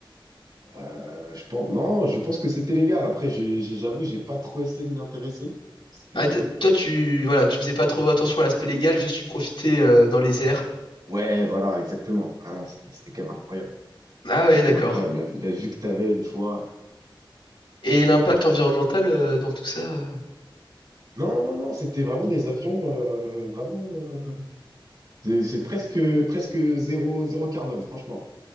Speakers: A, on the right; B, on the left.
A: Euh, je pense, non, je pense que c'était légal. Après, j'ai- j'ai- j'avoue, j'ai pas trop essayé de m'y intéresser. Parce que,
B: Ah, t- toi, tu, voilà, tu faisais pas trop attention à l'aspect légal, je suis profité euh, dans les airs.
A: ouais, voilà, exactement. Ah non, c'était c'était quand même incroyable.
B: Ah
A: C'était
B: ouais,
A: quand
B: d'accord.
A: même incroyable. La, vue- la vue que t'avais, des fois.
B: Et l'impact environnemental euh, dans tout ça. euh.
A: Non, non, non, c'était vraiment des avions, euh, vraiment. euh, c'est c'est presque, presque zéro, zéro carbone, franchement.